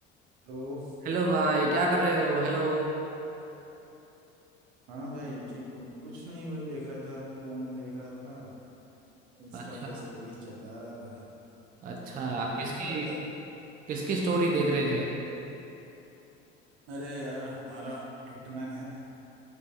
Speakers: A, on the right; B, on the right.
A: Hello
B: Hello भाई क्या कर रहे हो हेलो
A: हाँ भाई ठीक हूँ कुछ नहीं वही देख रहा था फोन देख रहा था इंस्टा
B: अच्छा
A: पे स्टोरीज चला रहा था
B: अच्छा
A: तो देख
B: किसकी
A: रहा था
B: किसकी स्टोरी देख रहे थे
A: अरे यार हमारा हिटमैन है